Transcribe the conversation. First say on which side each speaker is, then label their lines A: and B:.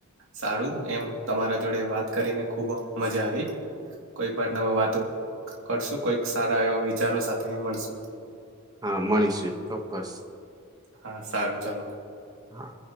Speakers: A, on the right; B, on the right.
A: સારું એમ તમારા જોડે વાત કરીને ખુબ મજા આવી કોઈક વાર નવા વાતો કરશું કોઈક સારા એવા વિચારો સાથે એ મળશું.
B: હા મળીશું ચોક્કસ.
A: હા સારું ચલો.
B: હા.